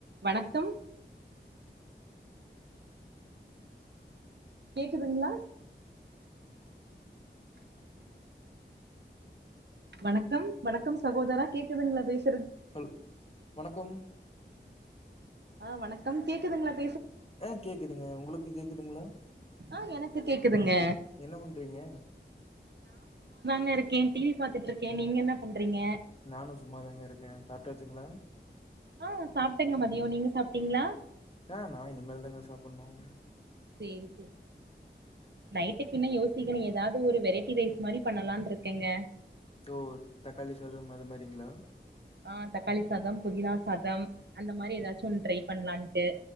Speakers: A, on the right (about 65°); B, on the left (about 30°).
A: வணக்கம் கேக்குதுங்களா வணக்கம் வணக்கம் சகோதரா கேக்குதுங்களா பேசு
B: ஹல் வணக்கம்
A: ஆஹ் வணக்கம் கேக்குதுங்களாப்
B: ஆ கேக்குதுங்க உங்களுக்கு கேக்குதுங்குளா
A: ஆ எனக்கு கேக்குதுங்க
B: என்ன பண்றீங்க
A: அ இருக்கேன் டி வி பாத்துட்ருக்கே நீங்க என்ன பண்றீங்க
B: நானு சும்மாதாங்க இருக்கே சாப்ட்டாச்சுங்ளா
A: ஆ சாப்ட்டேங்க மதியோ நீங்க சாப்ட்டீங்ளா
B: ஆஹ் நான் இனிமேல் தாங்க சாப்பிட்ணும்
A: சேரி சேரி நைட்டுக்கு இன்னும் யோசிக்கணும் ஏதாவது ஒரு வெரைட்டி ரைஸ் மாரி பண்ணலான்னு இருக்கேங்க
B: ஓ தக்காளி சாதம் அது மாதிரிங்களா
A: ஆஹ் தக்காளி சாதம் புதினா சாதம் அந்த மாரி ஏதாச்சும் ஒண்ணு ட்ரை பண்ணலான்ட்டு